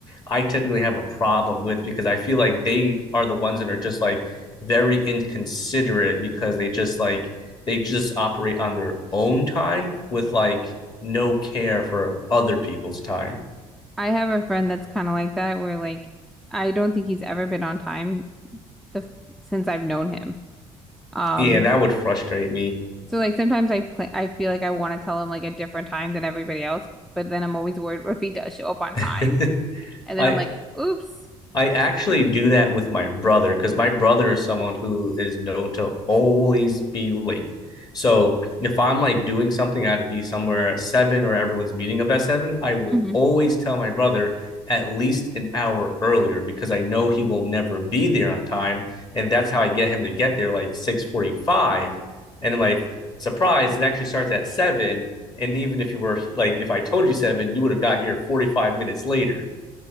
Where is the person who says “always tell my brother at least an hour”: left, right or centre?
Left